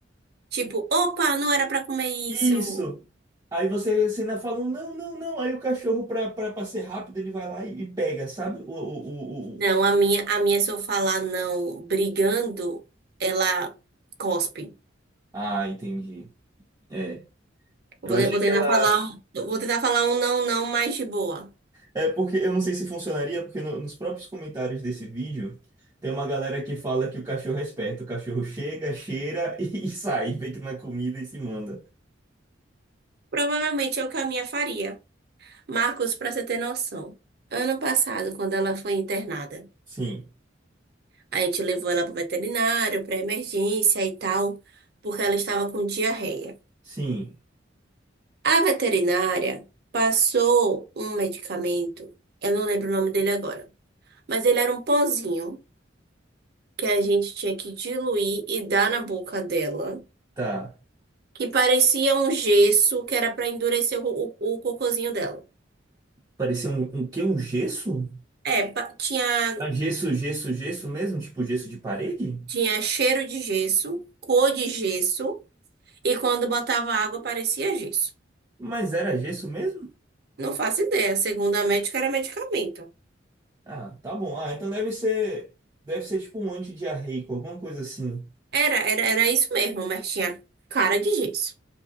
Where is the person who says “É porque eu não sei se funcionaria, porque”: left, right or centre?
Right